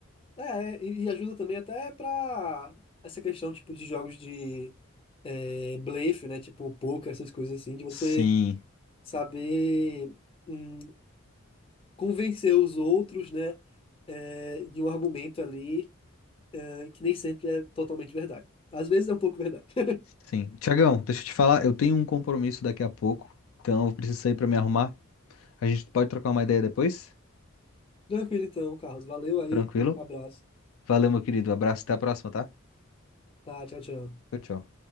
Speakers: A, on the left (about 25°); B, on the left (about 80°).
A: É, é, e e ajuda também até pra essa questão, tipo, de jogos de é, blefe, né? Tipo, poker, essas coisas assim, de você
B: Sim.
A: saber. hum, convencer os outros, né, é, de um argumento ali, é, que nem sempre é totalmente verdade. Às vezes é um pouco verdade. <laughs>
B: Sim. Tiagão, deixa eu te falar, eu tenho um compromisso daqui a pouco. Então eu preciso sair pra me arrumar. A gente pode trocar uma ideia depois?
A: Tranquilo então, Carlos. Valeu aí.
B: Tranquilo?
A: Abraço.
B: Valeu, meu querido. Abraço, até a próxima, tá?
A: Tá, tchau, tchau.
B: Tchau, tchau.